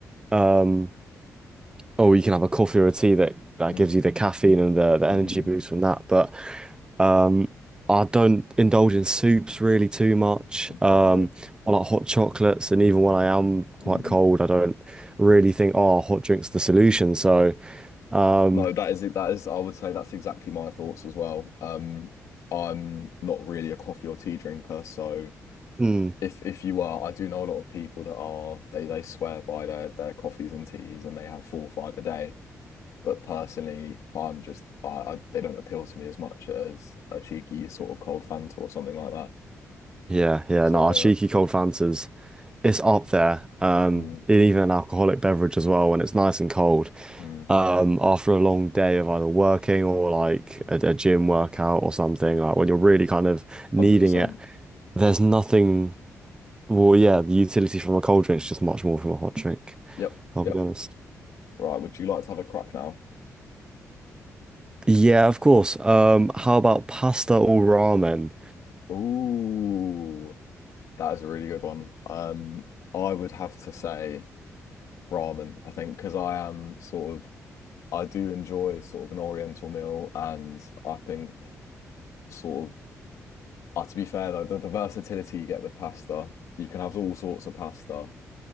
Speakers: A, on the right; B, on the left.
A: um, or you can have a coffee or a tea that that
B: Mm,
A: gives you the caffeine and the the
B: mm.
A: energy boost from that. But um, I don't indulge in soups really too much.
B: No.
A: Um, I like hot chocolates, and even when I am quite
B: Mm.
A: cold, I don't really think, oh, hot drink's the solution. So, um,
B: No, that is it. That is, I would say that's exactly my thoughts as well. Um, I'm not really a coffee or tea drinker, so
A: mm,
B: if if you are, I do know a lot of people that are they they swear by their their coffees and teas and they have four or five a day. But personally, I'm just I, I they don't appeal to me as much as a cheeky sort of cold Fanta or something like that.
A: yeah, yeah,
B: So
A: no, cheeky cold Fantas. it's up there. Um,
B: yeah, mm,
A: and even an alcoholic beverage as well when it's nice and cold.
B: mm,
A: Um, after a long day of either working or like a, a gym workout or something, like when you're really kind of needing
B: 100%.
A: it, there's nothing. Well, yeah, the utility from a cold drink is just much more from a hot drink.
B: Yep,
A: I'll
B: yep.
A: be honest.
B: Right, would you like to have a crack now?
A: Yeah, of course. Um, how about pasta or ramen?
B: Ooh, that is a really good one. Um, I would have to say ramen, I think, because I am sort of I do enjoy sort of an oriental meal, and I think sort of uh, to be fair though, the, the versatility you get with pasta, you can have all sorts of pasta,